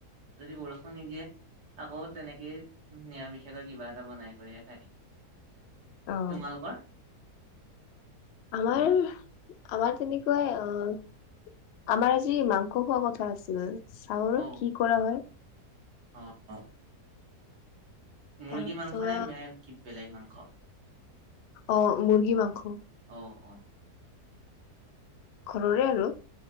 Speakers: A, on the right; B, on the left.
A: যদি বৰষুণ নিদিয়ে আকৌ তেনেকেই নিৰামিষে লাগিব কিবা এটা বনাই কৰিহে খাই থাকিম
B: অ
A: তোমালোকৰ
B: আমাৰ আমাৰ তেনেকুৱাই অহ আমাৰ আজি মাংস খোৱা কথা আছিল চাহৰ
A: অ
B: কি কৰা হয়।
A: অ অ।
B: তাৰপিছত
A: মুৰ্গী মাংস নে মে কি বেলেগ মাংস?
B: অ মুৰ্গী মাংস।
A: অ অ।
B: ঘৰৰে আৰু।